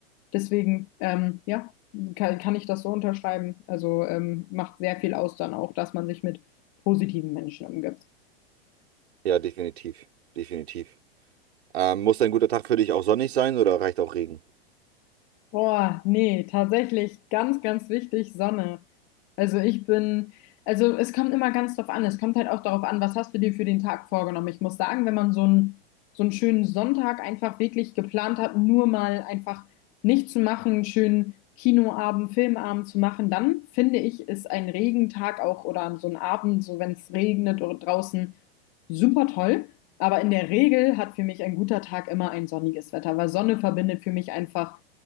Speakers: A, on the left; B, on the right.
A: Deswegen, ähm, ja, kann, kann ich das so unterschreiben. Also ähm, macht sehr viel aus dann auch, dass man sich mit positiven Menschen umgibt.
B: Ja, definitiv, definitiv. Ähm, muss ein guter Tag für dich auch sonnig sein oder reicht auch Regen?
A: Boah, nee, tatsächlich ganz, ganz wichtig, Sonne. Also ich bin, also es kommt immer ganz drauf an. Es kommt halt auch darauf an, was hast du dir für den Tag vorgenommen. Ich muss sagen, wenn man so einen, so einen schönen Sonntag einfach wirklich geplant hat, nur mal einfach nichts zu machen, einen schönen Kinoabend, Filmabend zu machen, dann finde ich, ist ein Regentag auch oder so ein Abend, so wenn es regnet oder draußen, super toll. Aber in der Regel hat für mich ein guter Tag immer ein sonniges Wetter, weil Sonne verbindet für mich einfach.